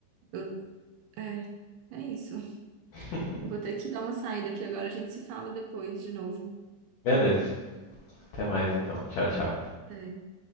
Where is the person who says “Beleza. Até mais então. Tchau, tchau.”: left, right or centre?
Left